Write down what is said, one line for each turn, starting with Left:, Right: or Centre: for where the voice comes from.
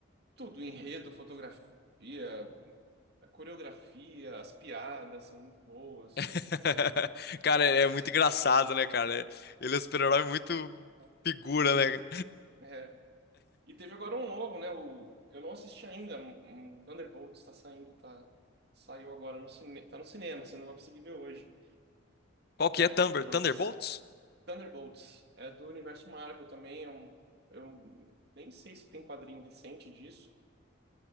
Right: tudo, enredo, fotografia. A coreografia, as piadas são muito boas.
Left: <laughs> Cara, é
Right: Se-
Left: muito engraçado, né, cara? Ele é um super-herói
Right: É
Left: muito
Right: sensacional.
Left: figura, né?
Right: É. E teve agora um novo, né? O... Eu não assisti ainda. Um um Thunderbolts está saindo, tá? Saiu agora no cinema. Tá no cinema, você não vai conseguir ver hoje.
Left: Qual que é Thunder?
Right: Mas
Left: Thunderbolts?
Right: Thunderbolts é do universo Marvel também. É um... Eu nem sei se tem quadrinho recente disso,